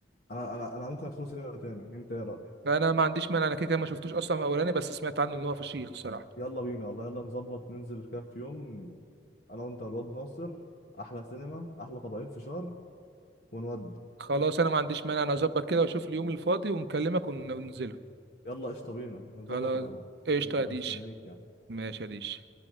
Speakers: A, on the left (about 55°); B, on the right (about 60°).
A: انا انا انا ممكن ادخل سينما تاني انت ايه رايك
B: انا ما عنديش مانع انا كده كده ما شفتوش اصلا من اولاني بس سمعت عنه ان هو فشيخ الصراحه
A: يلا بينا والله يلا نظبط ننزل كده في يوم انا وانت والواد ناصر احلى سينما احلى طبقين فشار ونود
B: خلاص انا ما عنديش مانع انا اظبط كده واشوف اليوم الفاضي ونكلمك ون- وننزله
A: يلا قشطه بينا نظبط
B: خلاص
A: وكلمني
B: قشطه يا
A: انا
B: ديش
A: مستنيك يعني
B: ماشي يا ديش